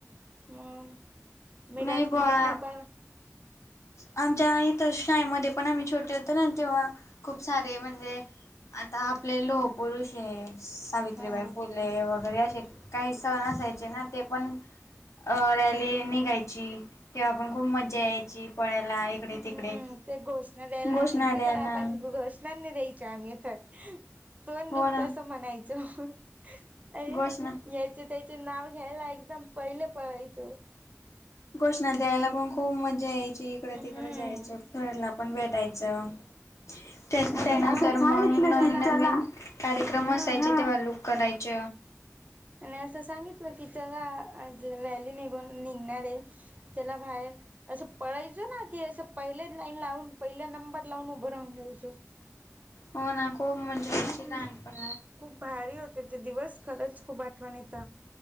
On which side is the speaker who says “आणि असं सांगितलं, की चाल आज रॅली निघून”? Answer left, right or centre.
Right